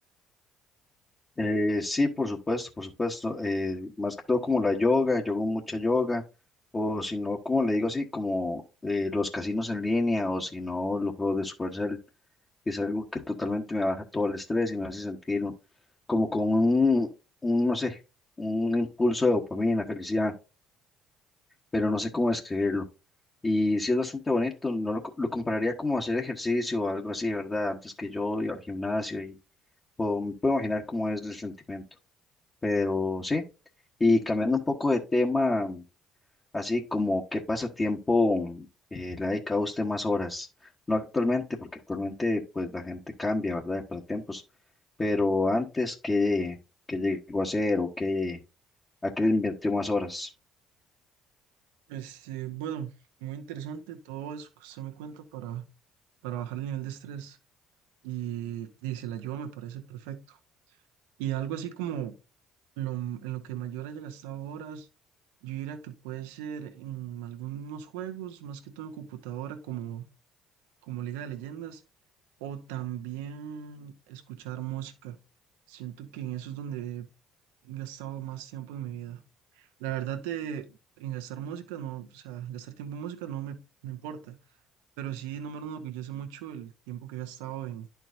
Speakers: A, on the left (about 25°); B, on the right (about 80°).
A: Eh, sí, por supuesto, por supuesto. eh, más que todo como la yoga, yo hago mucha yoga, o si no, como le digo así, como eh, los casinos en línea, o si no, los juegos de Supercell, que es algo que totalmente me baja todo el estrés y me hace sentir un- como con un, un, no sé, un impulso de dopamina, felicidad, pero no sé cómo describirlo. Y sí es bastante bonito, no lo, co- lo compararía como hacer ejercicio o algo así, ¿verdad? Antes que yo iba al gimnasio y puedo, puedo imaginar cómo es el sentimiento. Pero sí, y cambiando un poco de tema, así como qué pasatiempo eh, le ha dedicado usted más horas, no actualmente, porque actualmente pues la gente cambia, ¿verdad? De pasatiempos, pero antes qué qué llegó a hacer o qué a qué le invirtió más horas.
B: Este, bueno, muy interesante todo eso que usted me cuenta para, para bajar el nivel de estrés. Y dice, la ayuda me parece perfecto. Y algo así como lo, m- en lo que mayor haya gastado horas, yo diría que puede ser en algunos juegos, más que todo en computadora, como como Liga de Leyendas, o también escuchar música. Siento que en eso es donde he gastado más tiempo en mi vida. La verdad de en gastar música, no, o sea, gastar tiempo en música no me, no importa, pero sí no me enorgullece mucho el tiempo que he gastado en,